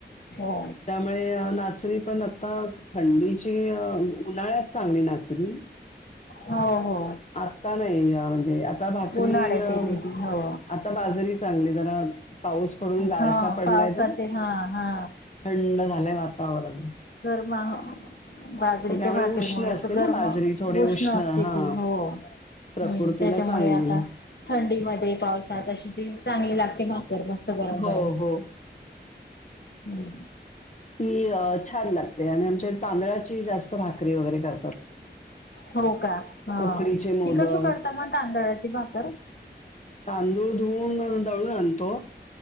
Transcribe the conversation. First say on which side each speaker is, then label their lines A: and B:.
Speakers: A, on the left (about 65°); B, on the left (about 40°).
A: हो
B: त्या मुळे नाचणीपण आता, थंडीची अ उन्हाळ्यात चांगली नाचणी.
A: हो हो
B: ह आता नाही म्हणजे, आता भाकरी
A: उन्हाळ्यात
B: अ
A: येते ती हो
B: आ ता बाजारी चांगली, जरा पाऊस पडून गारठा
A: हा
B: पडलाय
A: पावसाचे
B: तर,
A: हा हा
B: थंड झालंय वातावरण.
A: दरमहा बाजरीच्या
B: तर त्यामुळे
A: भाकरीमुळे
B: उष्ण
A: असं
B: असते ना
A: गरम
B: बाजरी थोडी
A: उष्ण असते
B: हा
A: ती हो. हम्म,
B: प्रकृतीला
A: त्याच्यामुळे
B: चांगली
A: आता थंडीमध्ये पावसात अशी ती चांगली लागते भाकर, मस्त गरम
B: हो
A: गरम.
B: हो
A: हम्म.
B: ती छान लागते आणि आमच्यात तांदळाची जास्त भाकरी वगैरे करतात.
A: हो का, हं
B: उकडीचे मोदक
A: ती कसं करता मग तांदळाची भाकर?
B: तांदूळ धुवून दळून आणतो.